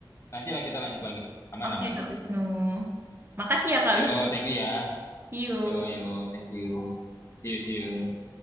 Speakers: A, on the left; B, on the right.
A: Nanti lah kita lanjut lagi. Aman
B: Oke,
A: aman.
B: Kak Wisnu. Makasih ya Kak
A: Yo
B: Wisnu.
A: thank you ya.
B: See you.
A: Yo yo thank you. See you see you.